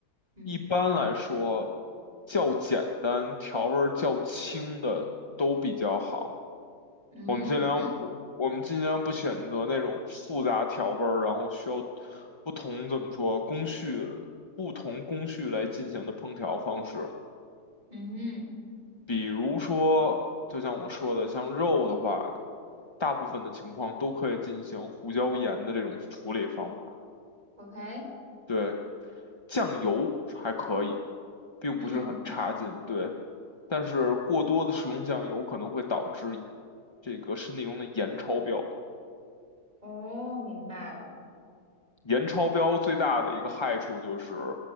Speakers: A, on the right; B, on the left.
A: 嗯
B: 一般来说，较简单、调味儿较轻的都比较好。
A: 嗯
B: 我们尽量，我我们尽量不选择那种复杂调味儿，然后需要不同怎么说工序、不同工序来进行的烹调方式。
A: 嗯
B: 比如说，就像我说的，像肉的话，大部分的情况都可以进行胡椒盐的这种处理方法。
A: ，OK，
B: 对。酱油还可以，并不是很差劲，
A: 嗯，
B: 对。但是过多的食用酱油可能会导致这个身体中的盐超标。
A: 哦，明白了。
B: 盐超标最大的一个害处就是